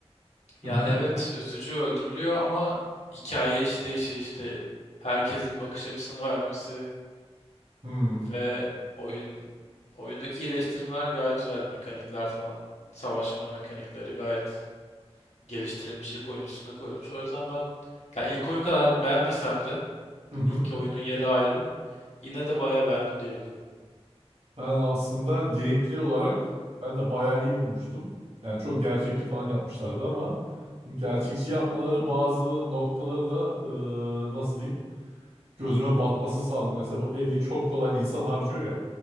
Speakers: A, on the left (about 80°); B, on the right (about 75°).
A: Yani
B: Hı hı.
A: evet üzücü öldürülüyor ama hikaye işleyişi işte herkesin bakış açısını vermesi
B: Hı hı.
A: ve oyun oyundaki iyileştirmeler gayet güzeldi. Mekanikler falan, savaşma mekanikleri gayet geliştirilmiş ilk oyunun üstüne koyulmuş. O yüzden ben ya ilk oyun kadar beğenmesem de
B: Hı hı.
A: ilk oyunun yeri ayrı. Yine de bayağı beğendim diyebilirim.
B: Ben aslında gameplay olarak ben de bayağı iyi bulmuştum. Yani çok gerçekçi falan yapmışlardı ama bu gerçekçi yapmaları bazı noktaları da e, nasıl diyeyim? gözüme batmasını sağladı. Mesela bu eli çok kolay insan harcıyor ya.